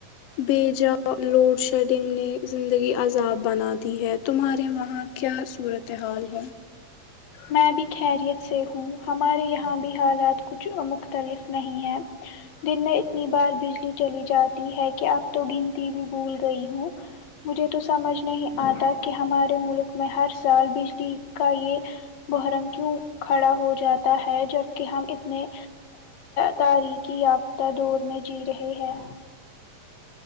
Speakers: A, on the left; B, on the left.
A: بےجاؤ لوڈ شیڈنگ نے زندگی عذاب بنا دی ہے تمہارے وہاں کیا صورت حال ہے
B: میں بھی خیریت سے ہوں ہمارے یہاں بھی حالات کچھ مختلف نہیں ہیں دن میں اتنی بار بجلی چلی جاتی ہے کہ اب تو گنتی بھی بھول گئی ہوں مجھے تو سمجھ نہیں آتا کہ ہمارے ملک میں ہر سال بجلی کا یہ محرم کیوں کھڑا ہو جاتا ہے جبکہ ہم اتنے تاریخی یافتہ دور میں جی رہے ہیں